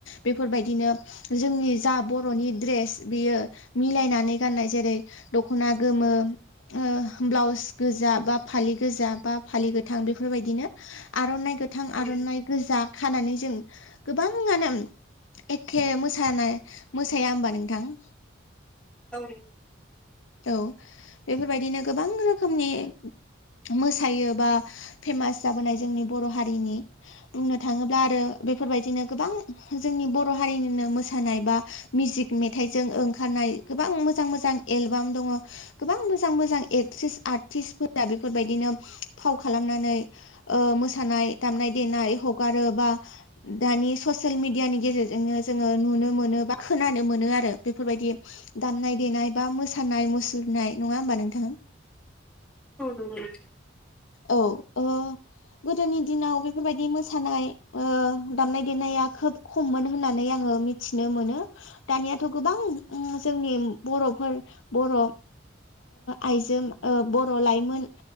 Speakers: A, on the left; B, in the centre.
A: बेफोरबायदिनो जोंनि जा बर'नि द्रेस बियो मिलायनानै गाननाय जेरै दख'ना गोमो ओ ब्लाउस गोजा बा फालि गोजा बा फालि गोथां बेफोरबायदिनो आर'नाइ गोथां
B: उम
A: आर'नाइ गोजा खानानै जों गोबाङानो एखे मोसानाय मोसाया होनबा नोंथां?
B: औ
A: औ बेफोरबायदिनो गोबां रोखोमनि मोसायो बा फेमास जाबोनाय जोंनि बर' हारिनि बुंनो थाङोब्ला आरो बेफोरबायदिनो गोबां जोंनि बर' हारिनिनो मोसानाय बा मिउजिक मेथाइजों ओंखारनाय गोबां मोजां मोजां एलबाम दङ गोबां मोजां मोजां एक्ट्रिस आर्टिस्टफोरा बेफोरबायदिनो फाव खालामनानै मोसानाय दामनाय देनाय हगारो बा दानि ससियेल मिडियानि गेजेरजोंनो जोङो नुनो मोनो बा खोनानो मोनो आरो बेफोरबायदि दामनाय देनाय बा मोसानाय मुसुरनाय नङा होमबा नोंथां
B: औ नंगौ नोंथां
A: औ अ गोदोनि दिनाव बेफोरबायदि मोसानाय दामनाय देनाया खोब खममोन होननानै आङो मिथिनो मोनो दानियाथ' गोबां जोंनि बर'फोर बर' आइजो बर' लाइमोन